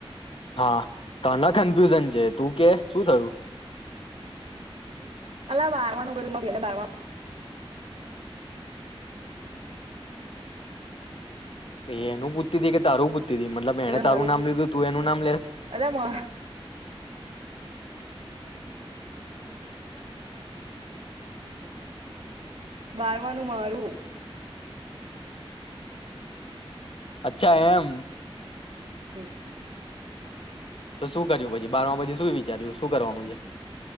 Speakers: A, on the left; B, on the right.
A: હા. તના કન્ફ્યુઝન છે તું કે. શું થયું?
B: અલા બારવાનું ગ બેને બ <unintelligible>
A: તો એનું પૂછતી થઈ કે તારું પૂતી મતલબ એને
B: એટલે
A: તારું
B: મારું
A: નામ લીધું તું એનું નામ લેસ.
B: એટલે બરવાનું મારું.
A: અચ્છા એમ.
B: હમ્મ.
A: તો શું કર્યું પછી બાર પછી શું વિચાર્યું શું કરવાનું છે.